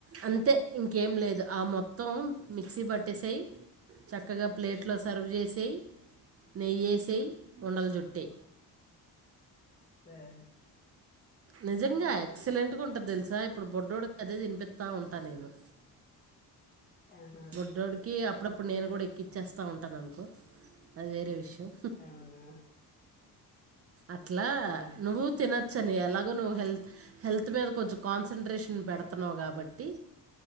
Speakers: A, on the right; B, on the left.
A: అంతే ఇంకేం లేదు ఆ మొత్తం మిక్సీ పట్టేసెయ్ చక్కగా ప్లేట్లో సర్వ్ చేసెయ్ నెయ్యేసేయ్ ఉండలు జుట్టే
B: సరే
A: నిజంగా ఎక్సలెంట్ గా ఉంటది దెలుసా ఇప్పుడు బొడ్డోడికి అదే తినిపిత్తా ఉంటా నేను
B: ఆహా,
A: బుడ్డోడికి అప్పుడప్పుడు నేను కూడా ఎక్కించేస్తా ఉంటాను అనుకో అది వేరే విషయం
B: అవునా
A: అట్లా
B: ఆ,
A: నువ్వు తినచ్చని ఎలాగో నువ్వు హెల్త్ హెల్త్ మీద కొంచెం కాన్సన్ట్రేషన్ పెడతున్నావు కాబట్టి